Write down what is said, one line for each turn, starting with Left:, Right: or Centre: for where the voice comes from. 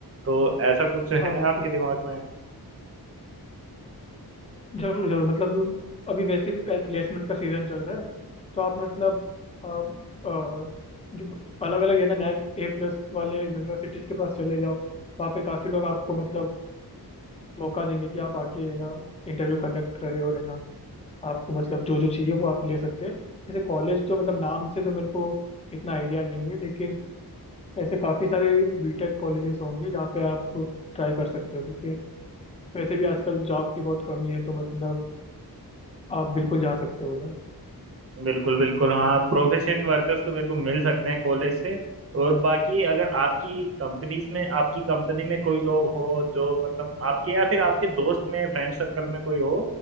Right: तो ऐसा कुछ
Left: अच्छा
Right: है
Left: बिल्कुल
Right: आपके दिमाग में
Left: जरूर जरूर मतलब अभी वैसे भी प्लेसमेंट का सीजन चल रहा है तो आप मतलब आ, आ, जो अलग अलग है ना नैक ए प्लस वाले यूनिवर्सिटीज के पास चले जाओ वहाँ पे काफी लोग आपको मतलब मौका देंगे कि आप आके है ना इंटरव्यू कंडक्ट करें और है ना आपको मतलब जो जो चाहिए वो आप ले सकते हैं ऐसे कॉलेज तो मतलब नाम से तो मेरे को इतना आइडिया नहीं है लेकिन ऐसे काफी सारे बीटेक कॉलेजेस होंगे जहाँ पे आप ट्राई कर सकते हो क्योंकि वैसे भी आजकल जॉब की बहुत कमी है तो मतलब आप बिल्कुल जा सकते हो
Right: बिल्कुल बिल्कुल हाँ प्रोफिशिएंट वर्कर्स तो मेरे को मिल सकते हैं कॉलेज से और बाकी अगर आपकी कंपनीज में आपकी कंपनी में कोई लोग हो जो मतलब आपके या फिर आपके दोस्त में फ्रेंड सर्कल में कोई हो